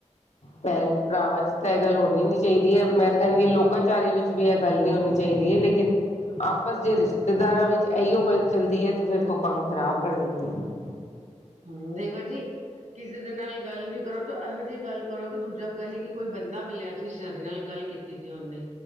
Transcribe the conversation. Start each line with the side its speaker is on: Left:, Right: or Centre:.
Left: ਭੈਣ ਭਰਾਵਾਂ ਚ ਤਾਂ ਇਹ ਗੱਲ ਹੋਣੀ ਨੀ ਚਾਹੀਦੀ ਹੈ ਮੈਂ ਤਾਂ ਕਹਿੰਦੀ ਲੋਕਾਂ ਚ- ਵਿਚਾਰੀ ਵਿੱਚ ਵੀ ਇਹ ਗੱਲ ਨਹੀਂ ਹੋਣੀ ਚਾਹੀਦੀ ਹੈ ਲੇਕਿਨ ਆਪਸ ਜੇ ਰਿਸ਼ਤੇਦਾਰਾਂ ਵਿੱਚ ਇਹੀਓ ਗੱਲ ਚੱਲਦੀ ਹੈ ਤਾਂ ਫਿਰ ਤੂੰ ਕੰਮ ਖ਼ਰਾਬ ਕਰ ਦਿੰਦੀ ਹੈ!
Right: ਹਮ ਦੇਖੋ ਜੀ ਕਿਸੇ ਦੇ ਨਾਲ ਗੱਲ ਵੀ ਕਰੋ ਤਾਂ ਇਹੋ ਜਿਹੀ ਗੱਲ ਕਰੋ ਕਿ ਦੂਜਾ ਕਹੇ ਕਿ ਕੋਈ ਬੰਦਾ ਮਿਲਿਆ ਸੀ ਸਿਆਰੇ ਨਾਲ ਗੱਲ ਕੀਤੀ ਸੀ ਉਹਨੇ